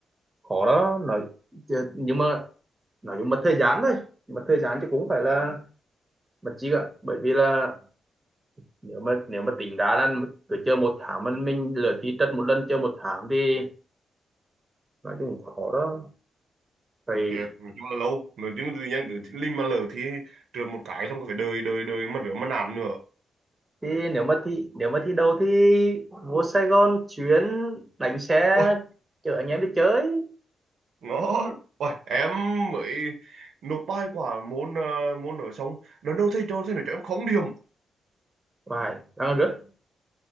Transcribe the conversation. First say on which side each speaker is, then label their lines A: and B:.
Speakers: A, on the right; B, on the right.
A: khó đó nói chứ- nhưng mà nói chung mất thời gian thôi mất thời gian chứ cũng phải là mất chi ạ bởi vì là nếu mà nếu mà tính đá là cứ chơi một tháng mình mình lựa thi tất một lần chơi một tháng thì nói chung cũng khó đó phải
B: thiệt nói chung là lâu nói chung là tự nhiên cứ linh mà lỡ thì trượt một cái xong cứ phải đợi đợi đợi mà rửa mà nạn nữa
A: thì nếu mà thi nếu mà thi đấu thì vô Sài Gòn chuyến đánh xe
B: ôi
A: chở anh em đi chơi
B: ngon ôi em mới nộp bài quả môn ờ, môn ở xong lần đầu thầy cho thầy nói cho em không điểm
A: vài đang rước